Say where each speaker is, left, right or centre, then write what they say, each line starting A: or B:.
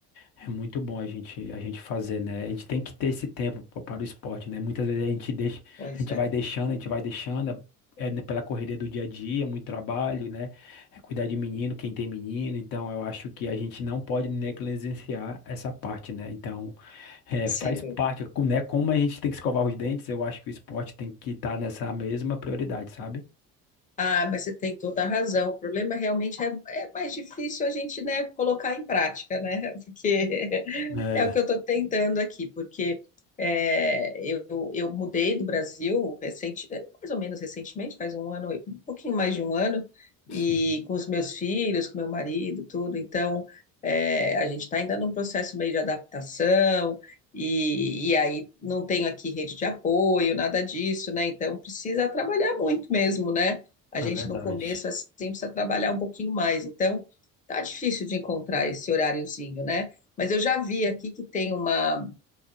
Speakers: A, on the left (about 70°); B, on the left (about 20°).
A: é muito bom a gente, a gente fazer, né? A gente tem que ter esse tempo pa- para o esporte, né? Muitas vezes a gente deixa,
B: Pois
A: a gente
B: é,
A: vai deixando, a gente vai deixando, é, né, pela correria do dia a dia, muito trabalho, né? É cuidar de menino, quem tem menino. Então, eu acho que a gente não pode negligenciar essa parte, né? Então, é,
B: sem
A: faz
B: dúvida.
A: parte, com- né? Como a gente tem que escovar os dentes, eu acho que o esporte tem que estar nessa mesma prioridade, sabe?
B: Ah, mas você tem toda a razão. O problema realmente é, é mais difícil a gente, né, colocar em prática, né? <laughs> Porque
A: É,
B: é o que eu estou tentando aqui, porque é, eu, eu mudei do Brasil recente, mais ou menos recentemente, faz um ano, um pouquinho mais de um ano, e
A: sim,
B: com os meus filhos, com meu marido, tudo. Então, é, a gente está ainda num processo meio de adaptação. E, e aí não tenho aqui rede de apoio, nada disso, né? Então precisa trabalhar muito mesmo, né? a gente
A: É verdade.
B: no começo assim precisa trabalhar um pouquinho mais. Então, tá difícil de encontrar esse horáriozinho, né? Mas eu já vi aqui que tem uma.